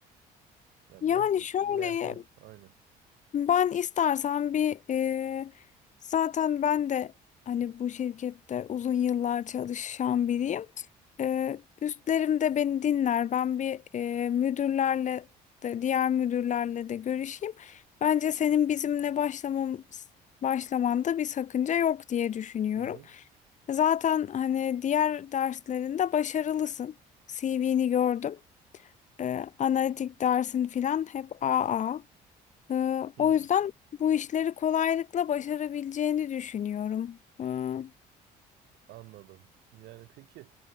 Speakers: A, on the right; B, on the left.
A: Yani
B: Yani
A: nasıl
B: şöyle
A: ve ha aynı.
B: Ben istersen bir e, zaten ben de hani bu şirkette uzun yıllar çalışan biriyim. E, üstlerim de beni dinler. Ben bir e, müdürlerle de diğer müdürlerle de görüşeyim. Bence senin bizimle başlamam başlamanda bir sakınca yok diye düşünüyorum.
A: Hı hı.
B: Zaten hani diğer derslerinde başarılısın. CV'ni gördüm. E, analitik dersin filan hep AA. Ee,
A: Hı,
B: o yüzden bu işleri kolaylıkla başarabileceğini düşünüyorum. Ee, Hı
A: anladım. Yani peki